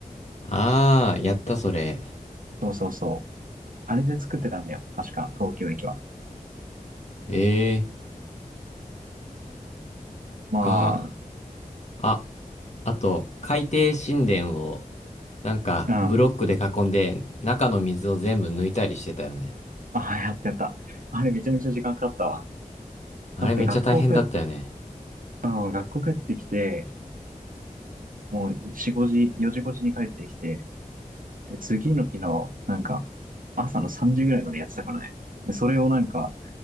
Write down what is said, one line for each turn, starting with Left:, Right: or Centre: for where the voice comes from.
Left: あー、やったそれ。
Right: そうそうそう。あれで作ってたんだよ。確か、東京駅は。
Left: ええ
Right: ま
Left: か。
Right: あ、
Left: あ、あと、海底神殿を、なんか、
Right: うん。
Left: ブロックで囲んで、中の水を全部抜いたりしてたよね。
Right: あ、やってた。あれめちゃめちゃ時間かかったわ。
Left: あれめっちゃ大変だったよね。
Right: だって学校帰っ、あの学校帰ってきて、もう4、5時、4 5時に帰ってきて、で、次の日の、なんか、朝の3時ぐらいまでやってたからね。で、それをなんか、